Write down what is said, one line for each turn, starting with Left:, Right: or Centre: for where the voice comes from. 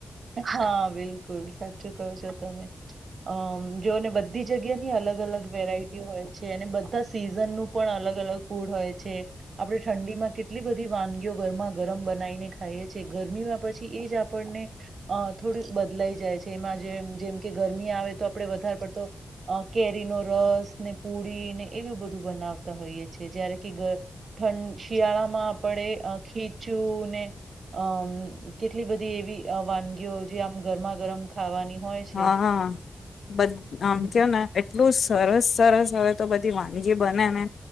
Right: હા બિલકુલ સાચું કવું છ તમે અ જોઓને બધી જગ્યાની અલગ અલગ વેરાયટી હોય છે અને બધા સિઝનનું પણ અલગ અલગ ફૂડ હોય છે આપણે ઠંડીમાં કેટલી બધી વાનગીઓ ગરમા ગરમ બનાવીને ખાઈએ છીએ ગરમીમાં પછી એ જ આપણને અ થોડી બદલાઈ જાય છે એમાં જેમ જેમ કે ગરમી આવે તો આપણે વધારે પડતો કેરીનો રસ ને પૂડી ને એવું બધું બનાવતા હોઈએ છે જયારે કે ઠં શિયાળામાં આપણે ખીચું ને અ કેટલી બધી એવી વાનગીઓ જે આમ ગરમા ગરમ ખાવાની હોય છે
Left: હા બધ આમ
Right: હમ
Left: થયો ને એટલું સરસ સરસ હવે તો બધી વા ી બને ને